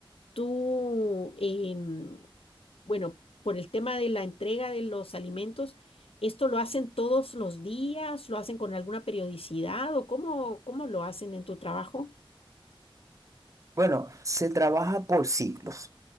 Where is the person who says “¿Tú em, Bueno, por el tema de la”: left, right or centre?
Left